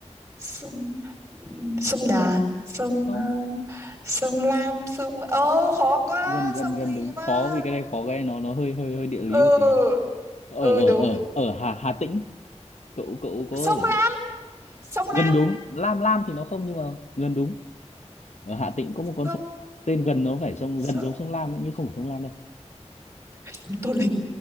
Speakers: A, on the right; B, on the left.
A: sông sông Đà sông
B: không
A: ờ, sông Lam sông ơ khó quá
B: gần gần
A: sông
B: gần
A: gì
B: đúng
A: nhỉ ma
B: khó vì cái này khó cái này nó nó hơi hơi hơi địa lý
A: ừ
B: một tí ở
A: ừ
B: ở
A: đúng
B: ở ở Hà Hà Tĩnh cậu cậu có
A: sông
B: ở
A: Lam sông Lam
B: gần đúng Lam Lam thì nó không nhưng mà gần đúng ở Hà Tĩnh có
A: sông
B: một con sông tên gần nó phải sông
A: sông,
B: gần giống sông Lam ấy, nhưng không phải sông Lam đâu
A: sông Tô Lịch